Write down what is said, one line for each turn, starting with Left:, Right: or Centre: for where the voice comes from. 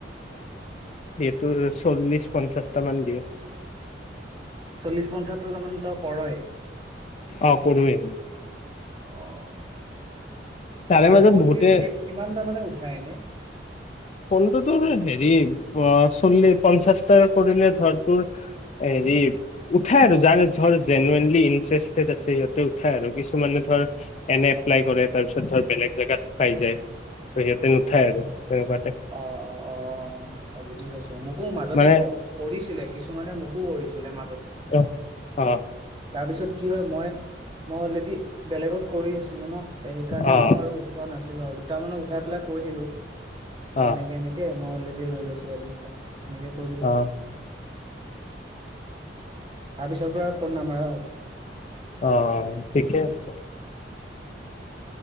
Left: ত চল্লিশ পঞ্চাশটা মান দিয়ে।
Right: চল্লিশ পঞ্চাতৰ তাৰ মানে ত কৰহে
Left: অ কৰোৱে
Right: আহ
Left: তাৰে মাজত
Right: আৰু ফোন
Left: বহুতে
Right: গ কিমানটা মানে উ হয়নে?
Left: ফোনটো তোৰ হেৰি চল্লিশ পঞ্চাশটাাৰ কৰিলে ধৰ তোৰ হেৰি উঠাই আৰু যাৰ ধৰ জেনুৱনলি ইটাৰেষ্টেড আছে সিহঁতে উঠাই আৰু কিছুমানে ধৰ এনে এপ্লাই কৰে তাৰপিছত ধ বেলেগ জেগাত পাই যায়। হেৰি ইয়াতে নঠাই আৰু তেনেকোৱাত
Right: অ অ অ আচ্ছা বুজি পাইছো মোকো মাজতে
Left: টাইপ মানে
Right: কৰিছিলে কিছুমানে মোকো কৰিছিলে মাজতে
Left: অ অ
Right: তাৰপিছত কি হয় মই মই অলৰেডি বেলেগত কৰি আছো আছিলো ন সেইকাৰণে
Left: অ
Right: ময়ো আৰু উঠোৱা নাছিল কিন্তু আৰু দুট মানত উঠাই পেলাই কৈ দিলো যেনেক
Left: অ
Right: এনেকে মই অলৰেডি লৈ লৈছো এডমিশচন। সনেকে কৈ দিলো
Left: অ
Right: তাৰ পিছৰ পৰা ফোন নামাৰা হ'ল
Left: অ ঠিকে আছে